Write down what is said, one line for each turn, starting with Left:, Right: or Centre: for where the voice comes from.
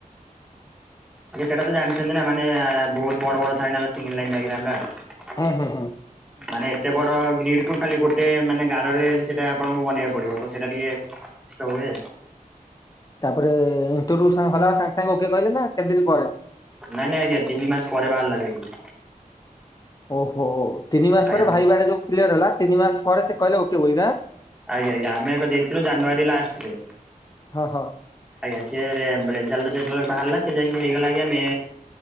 Centre: ଆଜ୍ଞ ସେଟା ତ ଜାଣିଛନ୍ତି ନା ମାନେ ବହୁତ ବଡ ବଡ ଥାଏ ସିଙ୍ଗଲ ଲାଇନ ଡାଇଗ୍ରାମ ଟା।
Left: ହୁଁ ହୁଁ।
Centre: ମାନେ ଏତେ ବଡ ଗ୍ରୀଡ କୁ ଖାଲି ଗୋଟେ ମାନେ ଗାରରେ ସେଟା ଆପଣଙ୍କୁ ବନେଇବାକୁ ପଡିବ ତ ସେଟା ଟିକେ କଷ୍ଟ ହୁଏ।
Left: ତାପରେ ଇଣ୍ଟରଭ୍ୟୁ <unintelligible> ସାଙ୍ଗେ ସାଙ୍ଗେ ଓକେ କହିଲେ ନା କେତେ ଦିନ ପରେ?
Centre: ନାଇଁ ନାଇ ଆଜ୍ଞା ତିିନି ମାସ ପରେ ବାହାରିଲା ଯାଇକି।
Left: ଓହୋ ତିନି ମାସ
Centre: ଆଜ୍ଞା
Left: ପରେ ଭାଇବା ଯଉ କ୍ଲିଅର ହେଲା ତିନି ମାସ ପରେ ସେ କହିଲେ ଓକେ ବୋଲି ନା।
Centre: ଆଜ୍ଞା ଆଜ୍ଞା ଆମେ ଏବେ ଦେଇଥିଲୁ ଜାନୁଆରୀ ଲାଷ୍ଟରେ।
Left: ହଁ ହଁ
Centre: ଆଜ୍ଞା ସେ ରେଜଲ୍ଟ ଯେତେବେଳେ ବାହାରିଲା ସେ ଯାଇଜି ହେଇଗଲା ଆଜ୍ଞା May